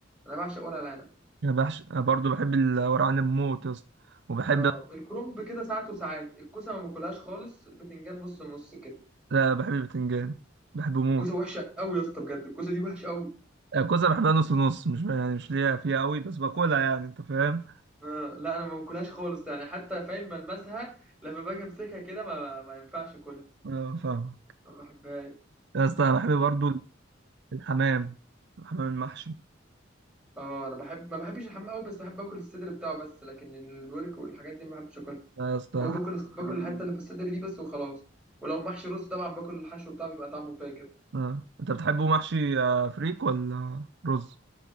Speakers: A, in the centre; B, on the right.
A: انا بعشق ورق العنب
B: بحش برضو بحب الورق عنب موت يا اسطى وبحب
A: اه
B: آه،
A: الكرنب كده ساعات وساعات الكوسه ما باكلهاش خالص البتنجان نص نص كده
B: لا بحب البتنجان بحبه موت
A: الكوسه وحشه قوي يا اسطى بجد الكوسه دي وحشه قوي
B: الكوسة بحبها نص نص مش يعني مش ليا فيها قوي بس باكلها يعني انت فاهم
A: آه، لا انا ما باكلهاش خالص يعني حتى فاهم ملمسها لما باجي امسكها كده ما, ما ينفعش اكلها
B: اه فاهم
A: ما بحبهاش
B: يا اسطى أنا بحب برضو الحمام الحمام المحشي
A: اه انا بحب ما بحبش الحمام قوي بس بحب اكل الصدر بتاعه بس لكن الورك والحاجات دي ما بحبش اكلها
B: يا اسطى
A: هو باكل باكل
B: جامد.
A: الحته اللي في الصدر دي بس وخلاص ولو محشي رز طبعا باكل الحشو بتاعه بيبقى طعمه فاجر
B: اه انت بتحبه محشي آه، فريك ولا رز؟